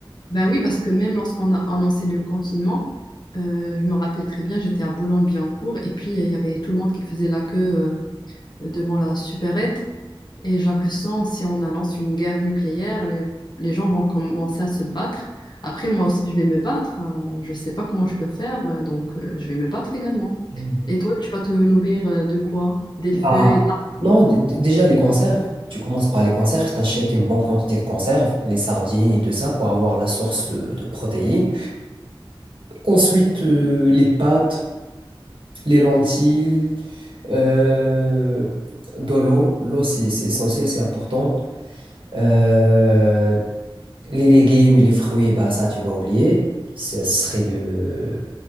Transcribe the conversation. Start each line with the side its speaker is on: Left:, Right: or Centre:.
Left: Ben oui, parce que même lorsqu'on a annoncé le confinement, euh, je me rappelle très bien, j'étais à Boulogne-Billancourt et puis euh, il y avait tout le monde qui faisait la queue euh, devant la supérette. Et j'ai l'impression, si on annonce une guerre nucléaire, les, les gens vont commencer à se battre. Après, moi aussi, je vais me battre. euh, je ne sais pas comment je peux faire, euh, donc euh, je vais me battre également.
Right: Mm.
Left: Et toi, tu vas te nourrir euh, de quoi? Des feuilles,
Right: Ah, non, d- d- déjà les conserves. Tu commences par les conserves, t'achètes une bonne quantité de conserves, les sardines et tout ça, pour avoir la source de, de protéines. Ensuite, euh, les pâtes. les lentilles, euh, de l'eau. L'eau, c'est c'est essentiel, c'est important. Euh, les légumes et les fruits, bah, ça, tu vas oublier. Ça serait de,